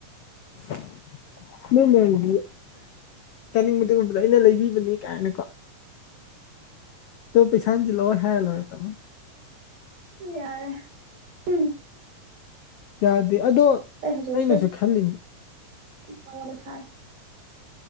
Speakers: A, on the left; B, on the right.
A: <inaudible> ꯅꯣꯏ ꯃꯗꯤ ꯆꯥꯅꯤꯡꯕꯗꯨ ꯎꯕꯗ ꯑꯩꯅ ꯂꯩꯕꯤꯕꯅꯤ ꯀꯥꯏꯅꯀꯣ ꯗꯣ ꯄꯩꯁꯥ ꯍꯟꯖꯤꯜꯂꯛꯑꯣꯏ ꯍꯥꯏꯔ ꯂꯣꯏꯔꯦ ꯀꯩꯅꯣ
B: ꯌꯥꯔꯦ ꯎꯝ
A: ꯌꯥꯗꯦ ꯑꯗꯣ
B: ꯑꯩ ꯍꯧꯖꯤꯛ
A: ꯑꯩꯅꯁꯨ ꯈꯜꯂꯤꯅꯤ
B: <unintelligible> ꯁꯥꯏ